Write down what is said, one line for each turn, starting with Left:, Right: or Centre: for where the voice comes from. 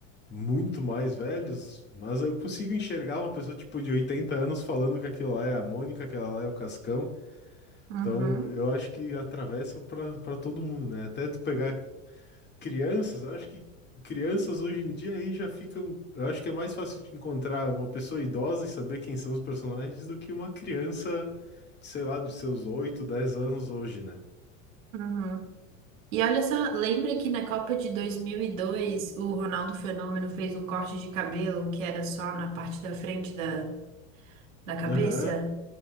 Left: muito mais velhos, mas eu consigo enxergar uma pessoa tipo de 80 anos falando que aquilo lá é a Mônica, aquela lá é o Cascão.
Right: uhum,
Left: Então, eu acho que atravessa para para todo mundo, né? Até tu pegar Crianças, eu acho que crianças hoje em dia aí já ficam. Eu acho que é mais fácil de encontrar uma pessoa idosa e saber quem são os personagens do que uma criança, sei lá, de seus 8, 10 anos hoje, né?
Right: uhum. E olha só, lembra que na Copa de 2002 o Ronaldo Fenômeno fez um corte de cabelo que era só na parte da frente da, da cabeça?
Left: Aham,